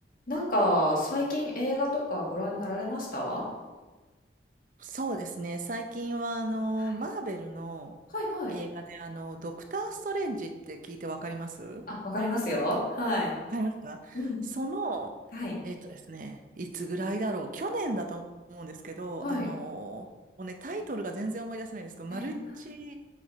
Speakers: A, on the left (about 50°); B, on the right (about 45°).
A: なんか、最近映画とかご覧になられましたは
B: そうですね。最近は、あの、マーベルの映画で、
A: い。はいはい。
B: あの、ドクター・ストレンジって聞いてわかりますわ
A: あ、わかりますよ。はい。
B: かりますかその、
A: うん。はい。
B: えっとですね、いつぐらいだろう。去年だと思うんですけど、
A: はい。
B: あの、もうね、タイトルが全然思い出せないんですけど、マルチ
A: え、え、な、